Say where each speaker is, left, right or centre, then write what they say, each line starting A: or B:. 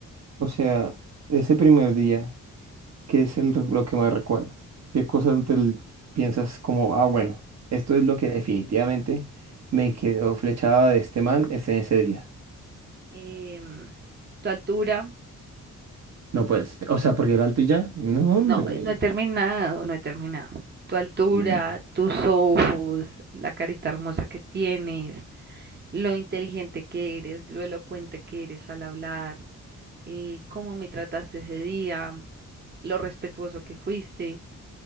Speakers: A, on the right; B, on the right.
A: o sea, ese primer día, ¿qué es el- lo que más recuerdas? ¿Qué cosas te l- piensas como, ah, bueno, esto es lo que definitivamente me quedó flechada de este man ese, ese día?
B: Em, tu altura,
A: No, pues, o sea, porque era alto y ya. No,
B: no,
A: hombre.
B: no he terminado, no he terminado. Tu altura,
A: Mm.
B: tus ojos, la carita hermosa que tienes, lo inteligente que eres, lo elocuente que eres al hablar, eh, cómo me trataste ese día, lo respetuoso que fuiste,